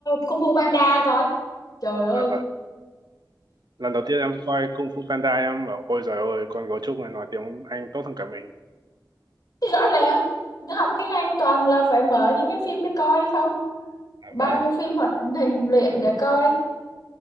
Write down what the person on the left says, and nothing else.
Kung Fu Panda coi trời ơi
rõ ràng học tiếng Anh toàn là phải mở những cái phim để coi không bao
nhiêu phim hoạt hình luyện để coi